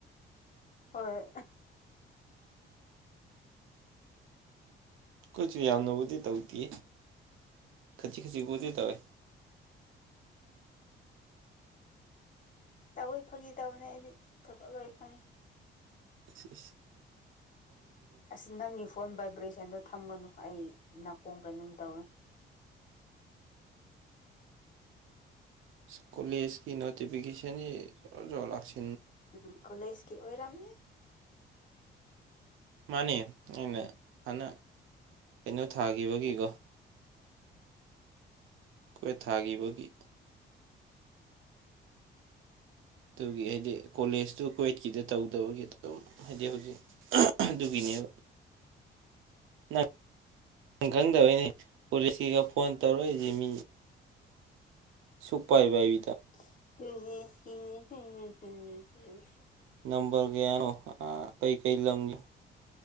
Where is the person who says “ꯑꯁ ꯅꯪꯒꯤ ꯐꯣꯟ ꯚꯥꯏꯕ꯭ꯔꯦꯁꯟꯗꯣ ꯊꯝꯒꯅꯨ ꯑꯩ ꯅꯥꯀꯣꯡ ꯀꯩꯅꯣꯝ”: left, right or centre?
Left